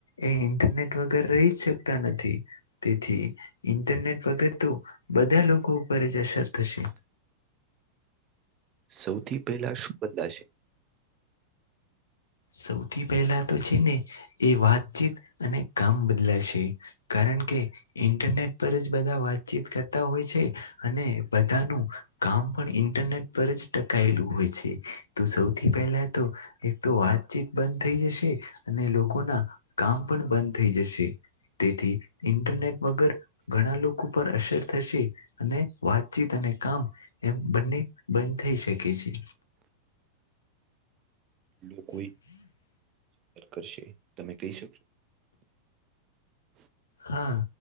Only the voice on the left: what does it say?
એ ઇન્ટરનેટ. વગ રહીકતા નથી તેથી ઇન્ટરનેટ વગર તો બધા લોકો. ખૂબબજશે તશે.
સૌથી પહેલા તો છે ને એ વાતચીત અને કામ બદલાશે. કારણ કે ઇન્ટરનેટ પર જ બધા વાતચીત કરતા હોય છે અને બધાનું. કામ પણ ઇન્ટરનેટ પર જ ટકાયેલું હોય છે તો સૌથી પહેલા તો. તો વાતચીત બંધ થઈ જશે અને લોકોના કામ પણ બંધ થઈ જશે. તેથી ઇન્ટરનેટ વગર ઘણા લોકો પર અસર થશે અને વાતચીત અને, કામ એમ બંને બંધ થઈ શકે છે.
હા